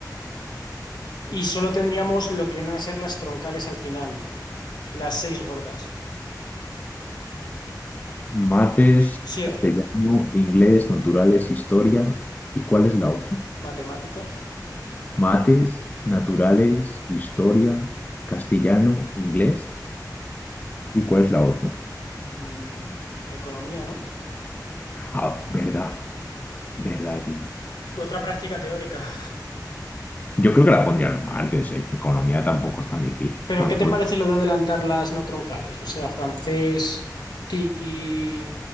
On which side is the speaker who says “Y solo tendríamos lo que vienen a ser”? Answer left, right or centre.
Left